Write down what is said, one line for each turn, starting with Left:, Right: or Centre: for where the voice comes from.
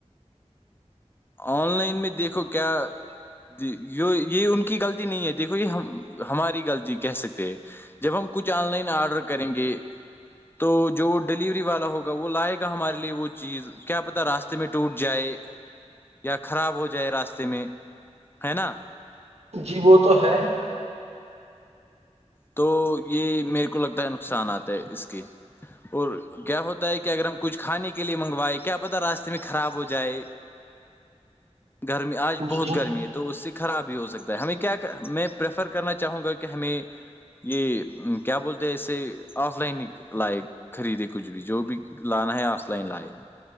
Left: آن لائن میں دیکھو کیا جی یہ ان کی غلطی نہیں ہے دیکھو یہ ہم ہماری غلطی کہہ سکتے ہیں جب ہم کچھ آن لائن آرڈر کریں گے تو جو وہ ڈلیوری والا ہوگا وہ لائے گا ہمارے لیے وہ چیز کیا پتا راستے میں ٹوٹ جائے یا خراب ہو جائے راستے میں ہے نا
Right: جی وہ تو ہے <unintelligible>
Left: تو یہ میرے کو لگتا ہے نقصان آتا ہے اس کے اور کیا ہوتا ہے کہ اگر ہم کچھ کھانے کے لیے منگوائے کیا پتا راستے میں خراب ہو جائے
Right: <unintelligible>
Left: گرمی آج بہت
Right: جی
Left: گرمی تو اس سے خراب بھی ہو سکتا ہے ہمیں کیا میں پریفر کرنا چاہوں گا کہ ہمیں یہ کیا بولتے ہیں اسے آف لائن لائق خریدے کچھ بھی جو بھی لانا ہے آف لائن لائے